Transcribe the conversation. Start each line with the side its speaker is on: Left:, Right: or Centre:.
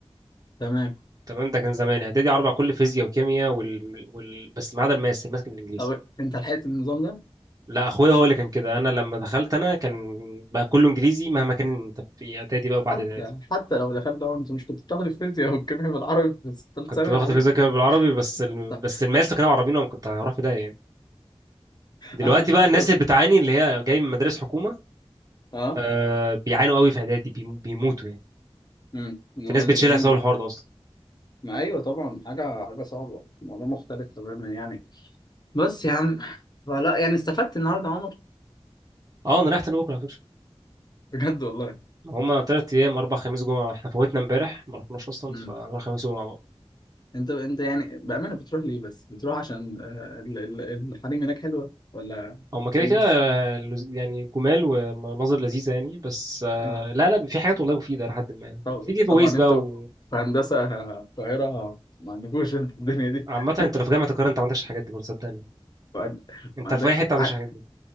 Left: تمام
Right: تمام ده كان زمان اعدادي عربي على الكل فيزياء وكيمياء وال... وال... بس ما عدا الماس الماس كان بالانجليزي
Left: طب انت لحقت النظام ده
Right: لا اخويا هو اللي كان كده انا لما دخلت انا كان بقى كله انجليزي مهما كان انت في اعدادي بقى وبعد
Left: حتى
Right: اعدادي
Left: حتى لو دخلت ده انت مش كنت بتاخد الفيزياء والكيمياء بالعربي في ثالث
Right: كنت
Left: ثانوي
Right: باخد
Left: يا حبيبي
Right: فيزياء كيمياء بالعربي بس
Left: <laughs>
Right: الم...
Left: طب
Right: بس الماس لو كانوا عربيين انا كنت هروح في ده يعني دلوقتي
Left: انا مش
Right: بقى
Left: فاكر
Right: الناس اللي بتعاني اللي هي جاي من مدارس حكومه
Left: اه
Right: آه بيعانوا قوي في اعدادي بيم- بيموتوا يعني
Left: امم إن
Right: في
Left: هو
Right: ناس بتشيلها
Left: اللي جايين
Right: بسبب الحوار ده اصلا
Left: ما ايوه طبعا حاجه حاجه صعبه الموضوع مختلف تماما يعني بس يا عم فلا يعني استفدت النهارده يا عمر
Right: اه انا رايح تاني بكره على فكره
Left: بجد والله
Right: هما تلات ايام اربع خميس جمعه احنا فوتنا امبارح ما رحناش اصلا
Left: امم
Right: فنروح خميس وجمعه بقى
Left: انت انت يعني بامانه بتروح ليه بس بتروح عشان آه، ال- ال- الحريم هناك حلوه ولا
Right: هما كده
Left: ايه
Right: كده
Left: بس
Right: آه، لز- يعني جمال ومناظر لذيذه يعني بس آه
Left: اه
Right: لا لا في حاجات والله مفيده لحد ما
Left: طب-
Right: في جيف
Left: طبعا
Right: اويز بقى
Left: انتوا
Right: و...
Left: في هندسه آه، القاهره ما عندكوش انتوا الدنيا دي
Right: عامة
Left: <laughs>
Right: انت لو في جامعة القاهرة انت ما عندكش الحاجات دي برضه صدقني
Left: ما عند-
Right: انت
Left: ما عندكش
Right: في اي حتة ما عندكش
Left: ع-
Right: الحاجات دي